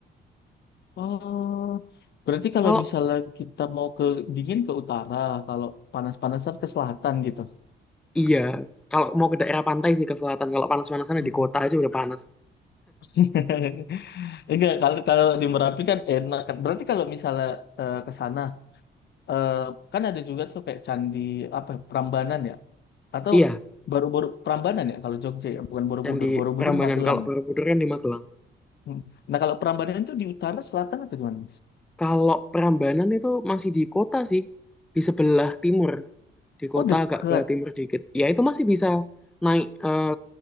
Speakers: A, on the left; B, in the centre.
A: Oh, berarti kalau
B: kalau
A: misalnya kita mau ke dingin ke utara, kalau panas-panasan ke selatan gitu.
B: Iya, kalau mau ke daerah pantai sih ke selatan. Kalau panas-panasan
A: Mm.
B: ya di kota aja udah panas.
A: <laughs> Enggak, kalau kalau di Merapi kan enak kan. Berarti kalau misalnya eh, ke sana, eh, kan ada juga tuh kayak candi apa ya, Prambanan ya, atau
B: Iya,
A: baru-baru Prambanan ya kalau Jogja ya, bukan Borobudur.
B: dan di
A: Borobudur
B: Prambanan.
A: Magelang
B: Kalau Borobudur
A: ya.
B: kan di Magelang.
A: Mm. Nah kalau Prambanan itu di utara, selatan atau gimana?
B: Kalau Prambanan itu masih di kota sih, di sebelah timur, di kota
A: Oh dekat.
B: agak ke timur dikit. Ya itu masih bisa naik. eh,